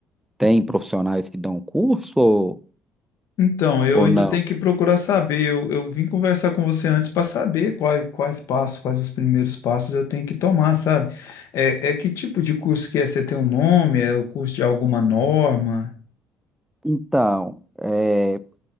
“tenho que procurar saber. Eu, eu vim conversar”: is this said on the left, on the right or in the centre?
Left